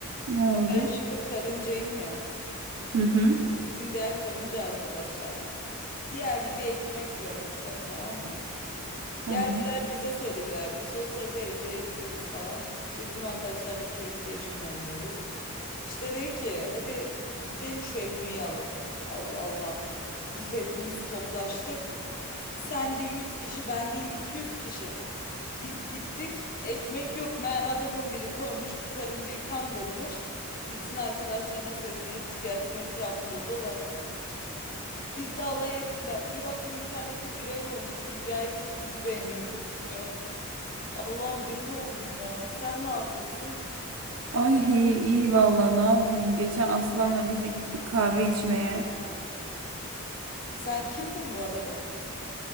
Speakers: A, on the right (about 65°); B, on the left (about 40°).
A: Ne oldu?
B: Ben şimdi karıncayım ya.
A: Hı hı.
B: Bizim diğer karınca arkadaşlar bir yerde bir ekmek görmüşler tamam mı?
A: Tamam.
B: Geldiler bize söylediler. Biz o sırada evde yatıyoruz falan. İşte bizim arkadaşlarla PlayStation oynuyoruz. İşte dedi ki hadi gidelim şu ekmeği alalım. Allah Allah. Biz hepimiz toplaştık. Sen de 100 kişi, ben deyim 200 kişi. Biz gittik. Ekmek yok. Meğer adamın biri koymuş. Bu karıncayı kandırmış. Gitsin arkadaşlarına söylesin. Hepsi gelsin etrafında dolaşsın. Biz de alay ettiler. Bir baktım internette viral olmuş video. Herkes bizi beğeniyor, üzülüyor. Allah'ım deli oldum ya. Sen ne yapıyorsun?
A: Ay hey, iyi valla ne yapayım? Geçen Aslan'la biz de gittik kahve içmeye.
B: Sen kimdin bu arada?